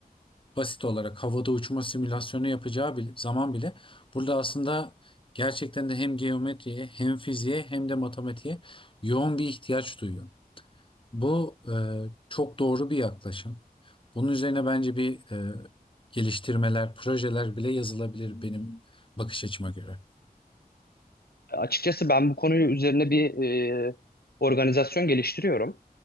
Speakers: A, on the left; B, on the left.
A: basit olarak havada uçma simülasyonu yapacağı bile, zaman bile burada aslında gerçekten de hem geometriye hem fiziğe hem de matematiğe yoğun bir ihtiyaç duyuyor. Bu e, çok doğru bir yaklaşım. Bunun üzerine bence bir e, geliştirmeler, projeler bile yazılabilir benim bakış açıma göre.
B: Açıkçası ben bu konuyu üzerine bir e, organizasyon geliştiriyorum.